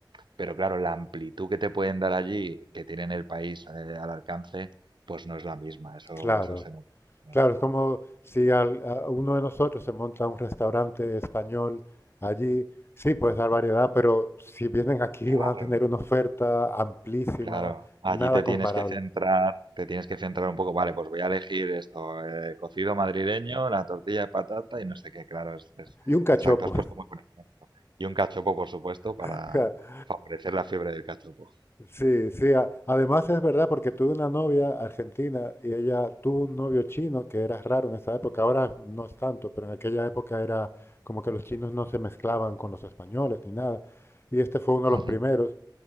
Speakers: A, on the right; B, on the left.
A: Pero claro, la amplitud que te pueden dar allí, que tienen el país eh, al alcance, pues no es la misma. Eso,
B: Claro,
A: eso se nota. la diferencia.
B: claro, es como si al- a uno de nosotros se monta un restaurante español allí, sí, puedes dar variedad, pero si vienen aquí
A: Claro,
B: van a tener una oferta amplísima,
A: Claro, allí
B: nada
A: te
B: comparable.
A: tienes que centrar, te tienes que centrar un poco, vale, pues voy a elegir esto, eh, cocido madrileño, la tortilla de patata y no sé qué, claro, es, es-
B: Y un cachopo.
A: exacto, has puesto muy buen ejemplo. Y un cachopo, por supuesto, para
B: <laughs>
A: favorecer la fiebre del cachopo.
B: Sí, sí. a- Además es verdad porque tuve una novia argentina y ella tuvo un novio chino que era raro en esa época. Ahora no es tanto, pero en aquella época era como que los chinos no se mezclaban con los españoles ni nada. Y este fue uno de los
A: Ujú.
B: primeros.